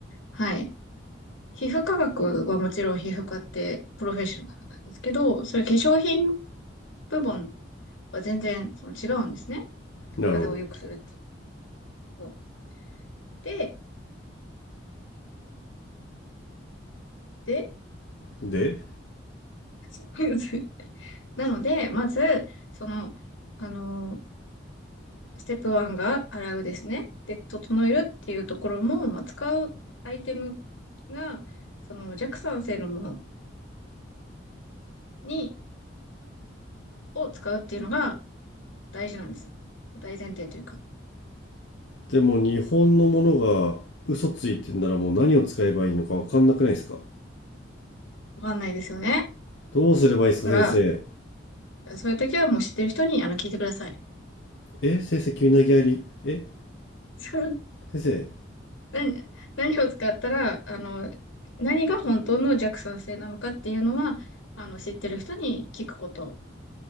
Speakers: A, on the left; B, on the left.
A: はい。皮膚科学はもちろん皮膚科ってプロフェッショナルなんですけど、それ化粧品部門は全然その違うんですね。
B: なるほど。
A: 肌を良くするっていうこと。で、で、
B: で、
A: <laughs> なので、まず、その、あのー、ステップ1が洗うですね。で、整えるっていうところも、まあ、使うアイテムが、その弱酸性のものに、を使うっていうのが大事なんですよ。大前提というか、
B: でも日本のものが嘘ついてんならもう何を使えばいいのか分かんなくないですか
A: わかんないですよね。
B: どうすればいいですか、
A: だか
B: 先生。
A: ら、そういう時はもう知ってる人に、あの、聞いてください。
B: え、先生、急に投げやり。え、
A: <laughs>
B: 先生、
A: 何、何を使ったら、あの、何が本当の弱酸性なのかっていうのは、あの、知ってる人に聞くこと。